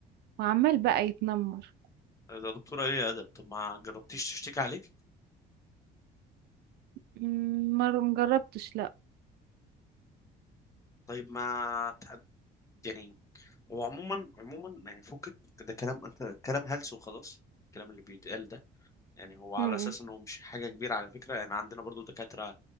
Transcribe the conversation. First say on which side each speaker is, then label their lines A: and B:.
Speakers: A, on the right; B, on the left.
A: وعمال بقى يتنمر
B: ده دكتوره ايه يا ادب طب ما جربتيش تشتكي عليه
A: مم، مرة مجربتش لا
B: طيب ما تح- يعني هو عموما عموما يعني فكك ده كلام انت كلام هلس وخلاص الكلام اللي بيتقال ده يعني هو على
A: امم
B: اساس انه مش حاجه كبيره على فكره يعني عندنا برضو دكاتره